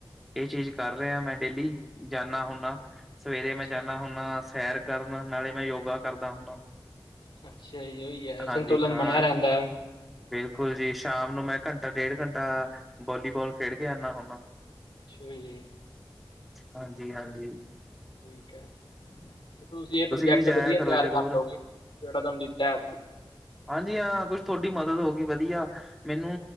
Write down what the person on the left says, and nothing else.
ਅੱਛਾ
ਅੱਛਾ ਜੀ ਓਈ ਐ
ਸੰਤੁਲਨ
ਬਣਿਆ ਰੈਂਦਾ
ਅੱਛਾ ਜੀ।
ਠੀਕ ਐ ਤੇ ਤੁਸੀਂ ਐ ਪ੍ਰੋਜੈਕਟ
ਵਧੀਆ
ਤਿਆਰ
ਕਰ ਲਉਗੇ ਜੇੜਾ ਤਾਨੂੰ ਦਿੱਤਾ ਏ।